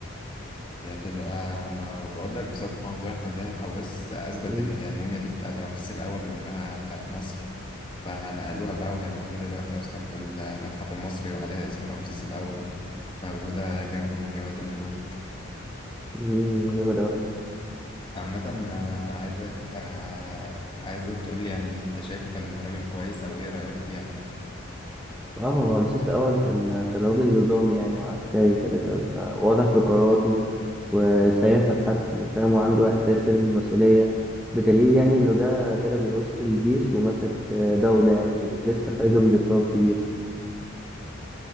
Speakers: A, on the left (about 25°); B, in the centre.
A: يدل آه ما هو بقول لك بسبب موضوع إنه زي حواس أثبت
B: مم.
A: إن هي الموميا دي بتاعت رمسيس الأول وإنها بتاعت مصر فنقلوها بقى وهي موجودة دلوقتي أصلا في المتحف المصري وعليها اسم رمسيس الأول موجودة جنب مومياوات الملوك
B: مم، جامد أوي
A: عامة آه، أنا عايزك آه، عايزك تقولي يعني أنت شايفه كان راجل كويس أو إيه رأيك فيه عامة
B: اه هو رمسيس أول كان كان راجل نظامي يعني وعسكري كده كان واضح في قراراته وسريع في الحسم وفاهم وعنده إحساس كده بالمسؤولية بدليل يعني إنه جه كده من وسط الجيش ومسك دولة يعني كانت لسه خارجة من اضطراب كبير